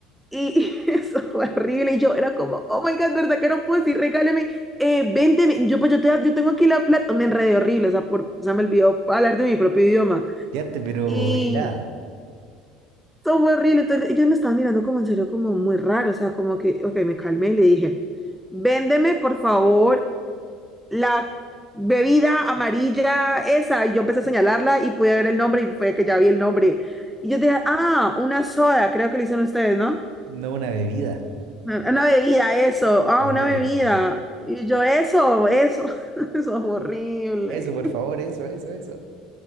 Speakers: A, in the centre; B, on the right (about 75°).
A: Y <laughs> eso fue horrible. Y yo era como, oh my God, ¿verdad que no puedo decir? Regáleme, eh, véndeme. Yo, pues yo, te, yo tengo aquí la plata. Me enredé horrible, o sea, por, o sea, me olvidó hablar de mi propio idioma.
B: Quédate, pero
A: Y
B: helada.
A: eso fue horrible. Entonces ellos me estaban mirando como en serio, como muy raro. O sea, como que, ok, me calmé y le dije, véndeme, por favor, la bebida amarilla esa. Y yo empecé a señalarla y pude ver el nombre y fue que ya vi el nombre. Y yo dije, ah, una soda, creo que le hicieron ustedes, ¿no?
B: No una bebida.
A: Una bebida, eso. Ah,
B: Bebida,
A: una bebida.
B: sí. sí. sí.
A: Y yo, eso, eso. <laughs> Eso es horrible.
B: Eso, por favor, eso, eso, eso.